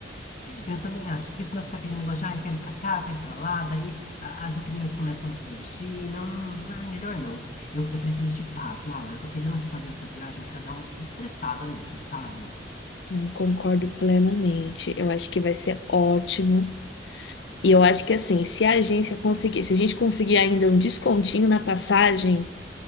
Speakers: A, on the left; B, on the left.
A: Eu também acho, porque senão fica aquele negócio, de, ah, eu quero ir pra cá, eu quero ir pra lá, daí a- as opiniões começam a divergir, não, ai, melhor não. Eu, eu preciso de paz, Laura, eu tô querendo fazer essa viagem pra dar uma desestressada mesmo, sabe?
B: Não concordo plenamente. Eu acho que vai ser ótimo. E eu acho que assim, se a agência conseguir, se a gente conseguir ainda um descontinho na passagem,